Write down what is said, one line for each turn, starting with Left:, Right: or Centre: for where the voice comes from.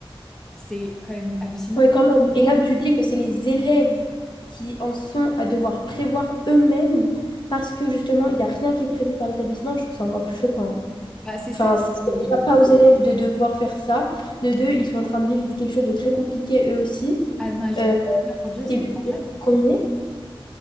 Centre: C'est quand même hallucinant.
Left: Oui, quand même. Et là où tu dis que c'est les élèves qui en sont à devoir prévoir eux-mêmes parce que justement, il n'y a rien qui est prévu par l'établissement, je trouve ça encore plus choquant. hein.
Centre: Bah, c'est
Left: Enfin,
Centre: ça.
Left: c'est
Centre: Et
Left: déjà pas aux élèves de devoir faire ça. De deux, ils sont en train de vivre quelque chose de très compliqué eux aussi.
Centre: à un âge,
Left: Euh,
Centre: enfin, je veux dire, ils
Left: et
Centre: sont
Left: même
Centre: hyper jeunes,
Left: eux, les
Centre: quoi.
Left: premiers.